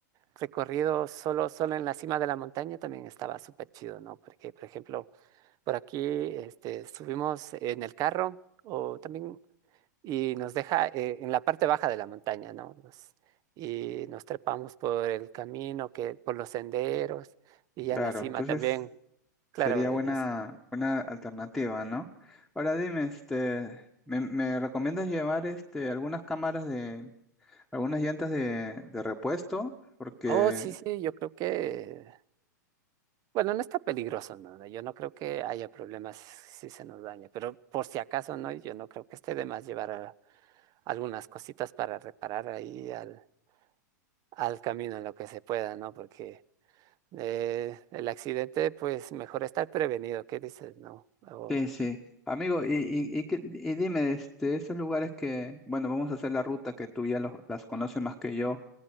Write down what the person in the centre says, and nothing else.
claro.
Entonces
sería buena,
buena alternativa, ¿no? Ahora dime, este, ¿me, me recomiendas llevar, este, algunas cámaras de, algunas llantas de, de repuesto? Porque
Sí, sí. Amigo, y, y, y, que- y dime, este, esos lugares que, bueno, vamos a hacer la ruta que tú ya los, las conoces más que yo.